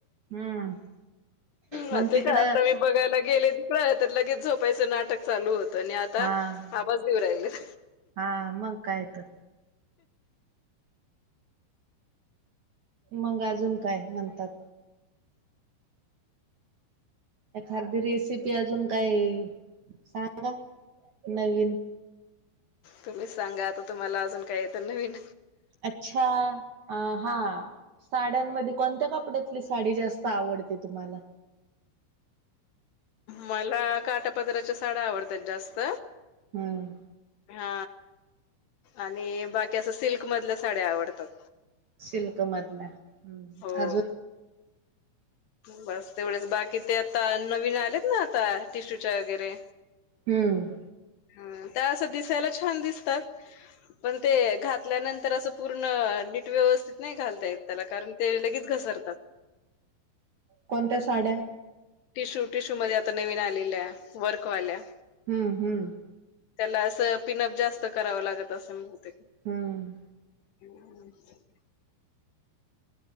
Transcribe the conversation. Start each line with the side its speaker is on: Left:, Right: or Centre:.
Right: हम्म मग
Left: ह ते
Right: तिकडं
Left: काय आता मी बघायला गेले तर लगेच झोपायचं नाटक चालू होत. तनी आता
Right: हा
Left: आवाज देऊ राहिले,
Right: हा मग काय तर मग अजून काय म्हणतात, एखादी रेसिपी अजून काय सांगा नवीन.
Left: तुम्हीच सांगा आता तुम्हाला अजून काही येत नवीन?
Right: अच्छा आं हां, साड्यांमध्ये कोणत्या कपड्यातली साडी जास्त आवडते तुम्हाला,
Left: मला काटापदराच्या साड्या आवडतात जास्त!
Right: हम्म,
Left: हा आणि बाकी असं सिल्कमधल्या साड्या आवडतात.
Right: सिल्क मधल्याअजून,
Left: हो बस तेवढेच बाकी ते आता नवीन आलेत ना आता टिश्यूच्या वगैरे,
Right: हम्म,
Left: ह, त्या असं दिसायला छान दिसतात. पण ते घातल्यानंतर असं पूर्ण नीट व्यवस्थित नाही घालतायेत. त्याला कारण ते लगेच घसरतात.
Right: कोणत्या साड्या?
Left: टिशू, टिशू मध्ये आता नवीन आलेल्या, वर्कवाल्या.
Right: हम्म हम्म.
Left: त्याला असं पिनअप जास्त करावं लागतं असं बहुतेक.
Right: हम्म.
Left: <inaudible>